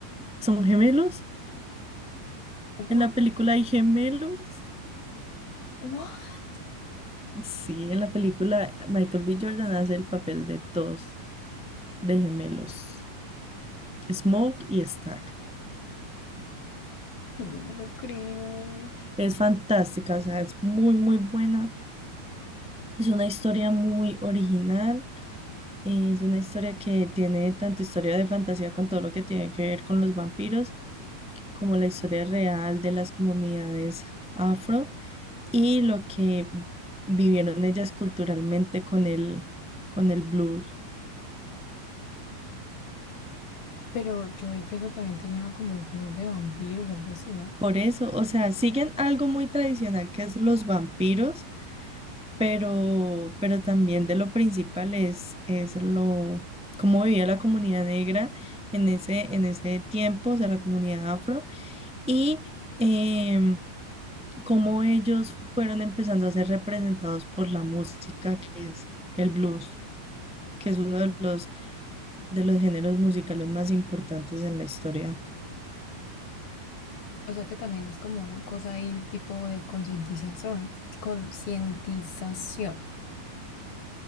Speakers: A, in the centre; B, on the left.
A: ¿Son gemelos?
B: What?
A: ¿En la película hay gemelos?
B: What?
A: Sí, en la película Michael B. Jordan hace el papel de dos de gemelos, Smoke y Stack.
B: No me lo creo.
A: Es fantástica, o sea, es muy, muy buena. Es una historia muy original Y es una historia que tiene tanto historia de fantasía con todo lo que tiene que ver con los vampiros, como la historia real de las comunidades afro y lo que vivieron ellas culturalmente con el, con el blues.
B: Pero yo vi que eso también tenía como cosas de vampiros, algo así, ¿no?
A: Por eso, o sea, siguen algo muy tradicional que es los vampiros, pero, pero también de lo principal es, es lo, cómo vivía la comunidad negra en ese, en ese tiempo, o sea, la comunidad afro y em, cómo ellos fueron empezando a ser representados por la música, que es el blues, que es uno de los, de los géneros musicales más importantes en la historia.
B: O sea que también es como una cosa ahí tipo de concientización, concientización.